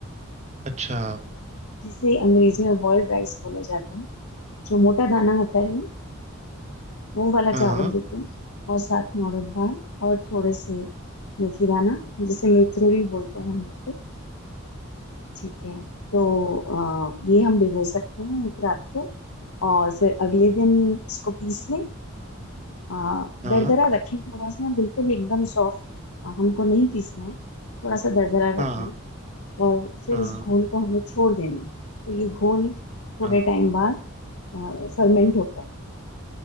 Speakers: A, on the right; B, on the left.
A: अच्छा
B: जिसे अंग्रेजी में बॉइल्ड राइस बोला जाता है जो मोटा दाना होता है ना वो वाला चावल
A: हाँ
B: देते हैं और साथ में उड़द दाल और थोड़े से मेथी दाना जिसे मेथरे भी बोलते हैं हम लोग को ठीक है तो अ, ये हम भिगो सकते हैं एक रात को और फिर अगले दिन इसको पीस लें अ,
A: हाँ
B: दरदरा रखें थोड़ा सा बिल्कुल एकदम सॉफ्ट हमको नहीं पीसना है थोड़ा सा दरदरा
A: हाँ
B: रखें और फिर
A: हाँ
B: इस घोल को हमें छोड़ देना है। तो ये घोल थोड़े
A: हाँ
B: टाइम बाद फर्मेंट होता है